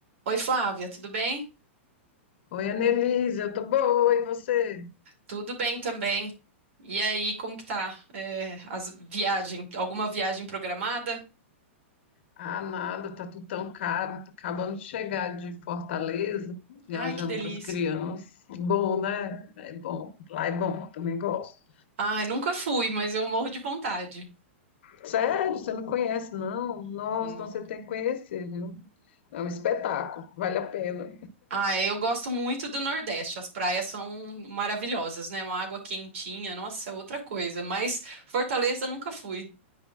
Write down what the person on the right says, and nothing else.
Oi, Flávia, tudo bem?
Tudo bem também. E aí, como que tá? É, as viagem, alguma viagem programada?
Ai, que delícia.
Ai, nunca fui, mas eu morro de vontade.
Não.
Ah, eu gosto muito do Nordeste. As praias são maravilhosas, né? Uma água quentinha, nossa, é outra coisa. Mas Fortaleza nunca fui.